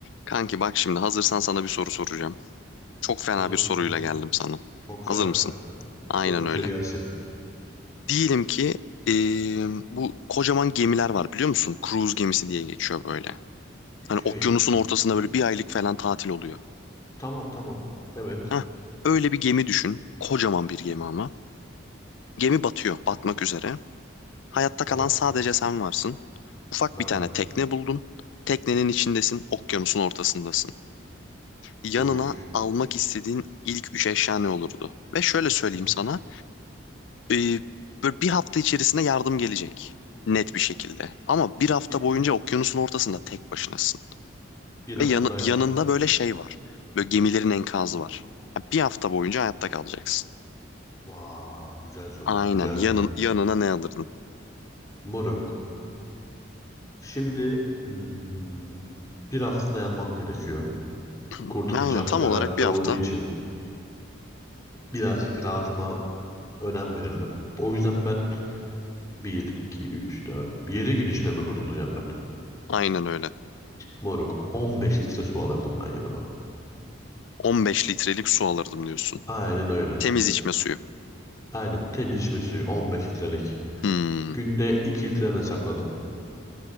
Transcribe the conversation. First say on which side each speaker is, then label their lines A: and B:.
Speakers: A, on the left (about 70°); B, on the left (about 15°).
A: Kanki bak şimdi hazırsan sana bir soru soracağım. Çok fena
B: Hazırım
A: bir soruyla
B: moruk.
A: geldim sana.
B: Çok
A: Hazır
B: fena
A: mısın?
B: diyorsun ha.
A: Aynen
B: Yapışır
A: öyle.
B: gelsin.
A: Diyelim ki eee, bu kocaman gemiler var biliyor musun? Cruise gemisi diye geçiyor böyle. Hani
B: Şey,
A: okyanusun
B: hmm,
A: ortasında böyle bir aylık falan tatil oluyor.
B: tamam tamam. Evet,
A: Heh, öyle bir gemi düşün. Kocaman bir gemi ama. Gemi batıyor, batmak üzere. Hayatta
B: tamam.
A: kalan sadece sen varsın. Ufak
B: Ben
A: bir tane
B: varım.
A: tekne buldun. Teknenin içindesin, okyanusun ortasındasın. yanına
B: Uy.
A: almak istediğin ilk üç eşya ne olurdu? Ve şöyle söyleyeyim
B: Bir,
A: sana. e, böyle bir hafta içerisinde yardım gelecek. Net bir şekilde. Ama bir hafta
B: bir,
A: boyunca okyanusun ortasında tek başınasın.
B: bir hafta
A: Ve yanı-
B: dayan
A: yanında
B: diyorsun.
A: böyle şey var. Böyle gemilerin enkazı var. Ya bir hafta boyunca hayatta kalacaksın.
B: Vay, güzel soru.
A: Aynen.
B: Güzel
A: Yanın,
B: soru.
A: yanına ne alırdın?
B: Moruk. Şimdi hmm, bir hafta dayanmam gerekiyor.
A: <clears throat>
B: Kurtulacağım
A: Aynen. Tam
B: garanti
A: olarak bir
B: olduğu
A: hafta.
B: için birazcık rahatıma önem verirdim. O yüzden ben bir 2 3 4 7 gün içinde mi kurtulacağım ben?
A: Aynen öyle.
B: Moruk On beş litre su alırdım ben yanıma.
A: 15 litrelik su alırdım diyorsun.
B: Aynen öyle.
A: Temiz içme suyu.
B: Aynen temiz içme suyu 15 litrelik.
A: Hmm.
B: Günde 2 litreden hesapladım.